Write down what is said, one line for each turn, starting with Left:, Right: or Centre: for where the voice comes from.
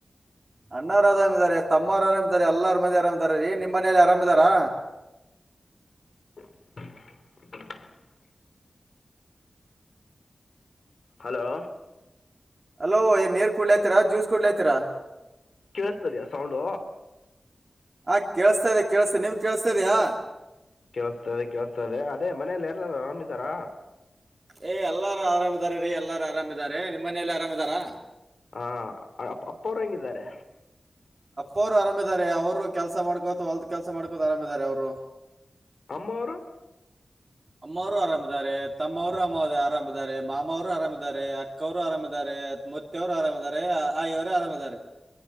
Right: ಅಣ್ಣವ್ರ ಅರಾಮ ಇದಾರೆ ತಮ್ಮವರು ಆರಾಮ್ ಇದಾರೆ ಎಲ್ಲಾರ ಮಂದಿ ಆರಾಮ್ ಇದಾರ ರೀ ನಿಮ್ಮ್ ಮನೇಲಿ ಆರಾಮಿದ್ದಾರಾ
Left: <inaudible> ಹಲೋ
Right: ಹಲೋ ಏನ ನೀರ್ ಕುಡ್ಲತರಾ ಜ್ಯೂಸ್ ಕುಡ್ಲತೀರಾ
Left: ಕೇಳಿಸ್ತೀಯಾ ಸೌಂಡ್
Right: ಹಾ ಕೇಳಸ್ತಾ ಇದೆ ಕೇಳಸ್ತ ನೀವ್ ಕೇಳಿಸತ ಇದ್ದೀಯಾ
Left: ಕೆೇಳಿಸ್ತದೆ ಕೆೇಳಸ್ತದೆ ಅದೇ ಮನೇಲಿ ಯಾರಾದರು ಆರಾಮ್ದಾರಾ
Right: ಏ ಎಲ್ಲಾರು ಆರಾಮಿದಾರ ರೀ ಎಲ್ಲಾರು ಆರಾಮಾರೆ ನಿಮ್ಮ ಮನಲಿ ಆರಾಮ ಇದಾರಾ
Left: ಹಾ ಅಪ್ಪ ಅವರು ಹೆಂಗಿದ್ದಾರೆ
Right: ಅಪ್ಪ ಅವ್ರು ಆರಾಮಾರೆ ಅವ್ರು ಕೆಲ್ಸ ಮಾಡಕೋಥವಾ ಹೊಲ್ದ ಕೆಲ್ಸ ಮಾಡಕೋದು ಆರಾಮಿದಿದ್ದಾರೆ ಅವ್ರು
Left: ಅಮ್ಮವರು
Right: ಅಮ್ಮವರು ಆರಾಮಿದ್ದಾರೆ ತಮ್ಮವರು ಅ ಆರಾಮ್ ಇದ್ದಾರೆ ಮಾಮವರು ಆರಾಮಿದ್ದಾರೆ ಅಕ್ಕವ್ರು ಆರಾಮಿದ್ದಾರೆ ಮ ಮತ್ತವರು ಆರಾಮಾರೆ ಆಯವರೇ ಆರಾಮ್ರೆ